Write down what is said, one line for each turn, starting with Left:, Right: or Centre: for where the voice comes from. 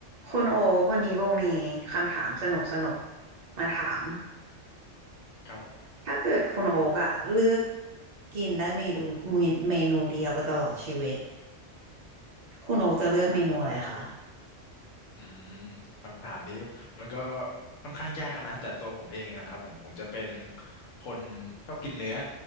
Right: คุณโอ๊กวันนี้โบมีคำถามสนุกสนุกมาถาม
Left: ครับผม
Right: ถ้าเกิดคุณโอ๊กอะเลือกกินได้เมนูเมนูเดียวไปตลอดชีวิตคุณโอ๊กจะเลือกเมนูอะไรคะ
Left: อืมคำถามนี้มันก็ค่อนข้างยากนะแต่ตัวผมเองนะครับผมผมจะเป็นคนชอบกินเนื้อ